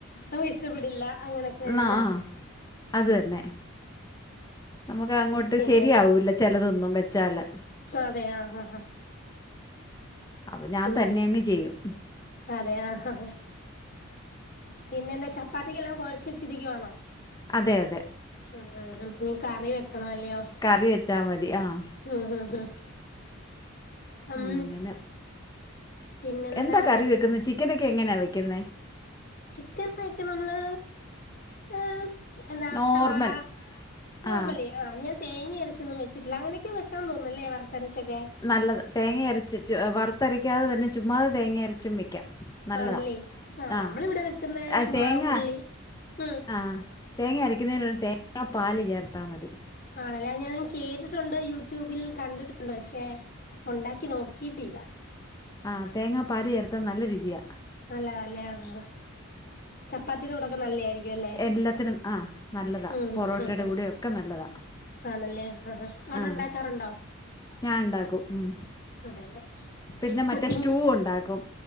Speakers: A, on the left (about 45°); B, on the left (about 15°).
A: നമുക്ക് ഇഷ്ടപ്പെടില്ല. അങ്ങനെക്കെ ആര്ന്നേ
B: ആ ആ. അത് തന്നെ നമുക്ക് അങ്ങോട്ട്
A: പിന്നെ
B: ശരിയാവൂല്ല ചെലതൊന്നും വെച്ചാല്.
A: അതെ ആഹ് ആഹ് ആഹ്
B: അപ്പം ഞാൻ
A: പിന്നെൻ
B: തന്നെ അങ്ങ് ചെയ്യും
A: അതെ അഹ് ഹാ പിന്നെ എന്താ ചപ്പാത്തിക്കെല്ലാം കൊഴച്ച് വെച്ചിരിക്കുവാണോ?
B: അതെ അതെ
A: ആഹ് ആഹ് ആഹ് ഇനി കറി വെക്കണം അല്ലയോ?
B: കറി വെച്ചാ മതി ആഹ്
A: ഹ് ഹ് ഹ് ഉം
B: അങ്ങനെ
A: പിന്നെന്താണ്
B: എന്താ കറി വെക്ക്ന്നേ? ചിക്കനൊക്കെ എങ്ങനെയാ വെക്ക്ന്നേ?
A: ചിക്കൻ വെക്ക്ണ് നമ്മള് ഏഹ് എന്താ
B: നോർമൽ
A: സവാള നോർമല്
B: ആ
A: ആഹ് ഞാൻ തേങ്ങ അരച്ചൊന്നും വെച്ചിട്ടില്ല. അങ്ങനൊക്കെ വെക്കാ തോന്നുന്നല്ലേ വറുത്തരച്ചൊക്കെ?
B: നല്ലത് തേങ്ങ അരച്ച് ച്ച് വറുത്തരക്കാതെ തന്നെ ചുമ്മാത തേങ്ങ അരച്ചും വയ്ക്കാം. നല്ലതാ
A: ആണല്ലേ
B: ആഹ്
A: നമ്മളിവിടെ വെക്കുന്ന
B: അഹ്
A: ചുമ്മാ
B: തേങ്ങ
A: ഉള്ളി ഉം
B: ആഹ് തേങ്ങ അരക്കുന്നതിന് തേങ്ങാ പാല് ചേർത്താ മതി.
A: ആണ്ലെ ഞാൻ കേട്ടിട്ടുണ്ട്. യൂട്യൂബിൽ കണ്ടിട്ടുണ്ട് പക്ഷെ ഒണ്ടാക്കി നോക്കിയിട്ടില്ല
B: ആഹ് തേങ്ങാ പാൽ ചേർത്താ നല്ല രുചിയ
A: നല്ലതാ ല്ലെ ആഹ് ചപ്പാത്തിയുടെ കൂടൊക്കെ നല്ലയായിരിക്കും അല്ലേ
B: എല്ലത്തിനും ആഹ് നല്ലതാ
A: ഉം
B: പൊറോട്ടയുടെ
A: ഉം ഉം ഉം
B: കൂടെയൊക്കെ നല്ലതാ
A: ആണല്ലേ ആഹ് അവിടെ
B: ആ
A: ഉണ്ടാക്കാറുണ്ടോ?
B: ഞാൻ ഉണ്ടാക്കും ഉം
A: അതെ അതെ
B: പിന്നെ മറ്റേ
A: കുക്കിംഗ്
B: സ്റ്റൂ ഉണ്ടാക്കും